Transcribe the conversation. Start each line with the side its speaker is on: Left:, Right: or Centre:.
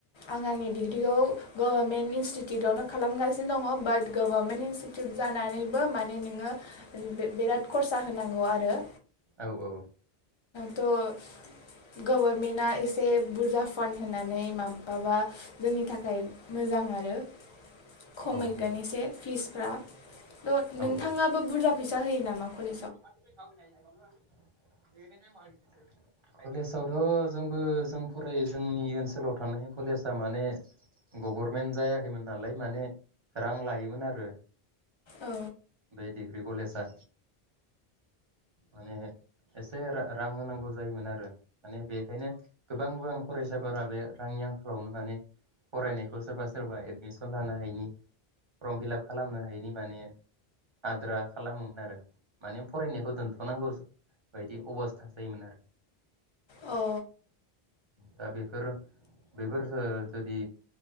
Left: आं आंनि डिग्रिखौ गभारनमेन्ट इनस्टिटिउटावनो खालामगासिनो दङ बाट गभारमेन्ट इनस्टिटिउट जानानैबो माने नोङो बिराद खरसा होनां नंगौ आरो
Right: औ औ
Left: थ' गभारमेन्टआ एसे बुरजा फान्ड होनानै माबाबा जोंनि थाखाय मोजां आरो खमायगोन
Right: औ नंगौ
Left: एसे फिसफ्रा थ'
Right: औ
Left: नोंथाङाबो
Right: औ
Left: बुरजा फैसा होयो नामा कलेज
Right: <unintelligible> <unintelligible> कलेजावथ' जोंबो जों फरायो जोंनि ओनसोलाव थानाय कलेजआ माने गभर्मेन्ट जायाखैमोन नालाय माने रां लायोमोन आरो
Left: औ
Right: बे दिग्रि कलेजा माने एसे रां होनांगौ जायोमोन आरो माने बेखायनो गोबां गोबां फरायसाफोरा बे रांनि आंखालावनो माने फरायनायखौ सोरबा सोरबा एडमिसन लानो हायिनि फर्म फिलाप खालामनो हायिनि माने आद्रा खालामोमोन आरो माने फरायनायखौ दोनथ'नांगौ बायदि अबस्था जायोमोन आरो
Left: अ अ
Right: दा बेफोर बेफोर ओ जुदि